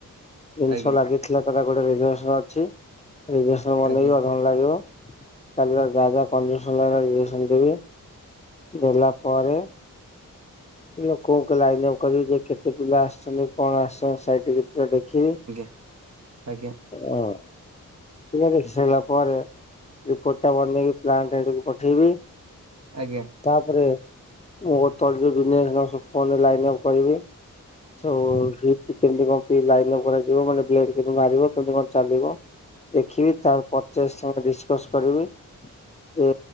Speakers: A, on the left (about 20°); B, on the right (about 50°).
A: ଜିନିଷ
B: ଆଜ୍ଞା ଆଜ୍ଞା
A: ଲାଗିଥିଲା ଏଟା ଗୋଟେ ରିଦେସ ଅଛି ରିଦେସ ବନେଇଵି
B: ଆଜ୍ଞା ଆଜ୍ଞା ଆଜ୍ଞା
A: ଅଧ ଘଣ୍ଟେ ଲାଗିବ। କାଲିର ରାଜା କଣ୍ଡିସନର ନିଦେସନ ଦେବେ ଦେଲା ପରେ ଇଲୋ କଉ କଉ ଲାଇନ ଅଫ୍ କରିବ ଯେ କେତେ ପିଲା ଆସିଚନ୍ତି କଣ ଆଶ୍ଚ ସାଇଟିକି ଆଉ ଦେଖିବେ
B: ଆଜ୍ଞା ଆଜ୍ଞା ଆଜ୍ଞା
A: ହଁ ଦେଖି ସାରିଲା ପରେ ରିପୋର୍ଟା ଟା ବନନେଇକି ପ୍ଲାଣ୍ଟ ଆଡ଼କୁ ପଠେଇବେ।
B: ଆଜ୍ଞା ଆଜ୍ଞା ଆଜ୍ଞା ଆଜ୍ଞା ଆଜ୍ଞା ଆଜ୍ଞା ଆଜ୍ଞା ଆଜ୍ଞା ଆଜ୍ଞା
A: ତାପରେ ମୁଁ <unintelligible> ଲାଇନ୍ ଅପ୍ କରିବି। ଚ ହି ଟି କେମିତି କଣ ପି ଲାଇନ୍ ଅପ୍ କରାଯିବ ମାନେ ବ୍ଲେ କେମିତି ମାରିବ କେମିତି କଣ ଚାଲିବ। ଦେଖିବେ ତା ପଚାସ ସା ସାଙ୍ଗେ ଡିଶ୍ କଶ୍ କରିବବେ ଯୋ